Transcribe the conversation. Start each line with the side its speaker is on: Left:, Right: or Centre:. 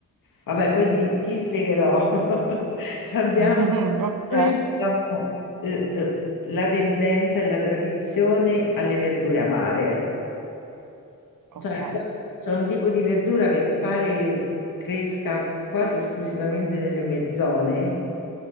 Left: Vabbè, poi ti, ti spiegherò. <laughs> Cioè abbiamo,
Right: <laughs> Ok,
Left: noi ci abbiamo eh, eh, la tendenza e la tradizione alle verdure amare. eh.
Right: ok.
Left: Cioè, qua c'è un tipo di verdura che pare che cresca quasi esclusivamente nelle mie zone